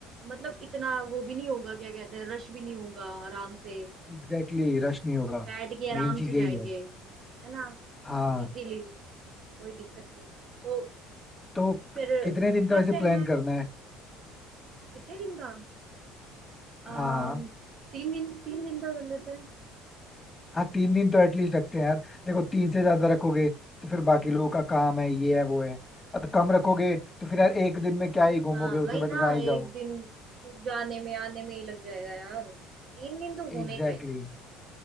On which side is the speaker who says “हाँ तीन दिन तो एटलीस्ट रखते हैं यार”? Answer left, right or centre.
Left